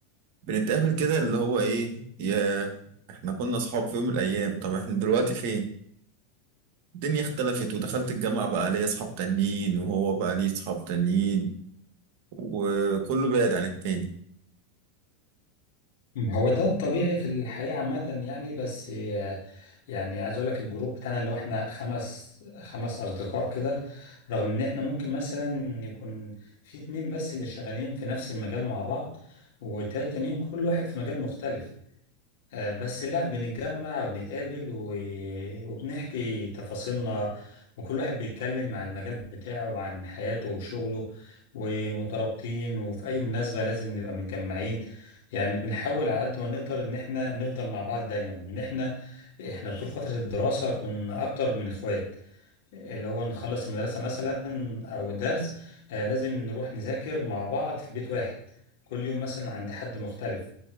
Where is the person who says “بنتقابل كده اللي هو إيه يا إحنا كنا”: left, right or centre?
Right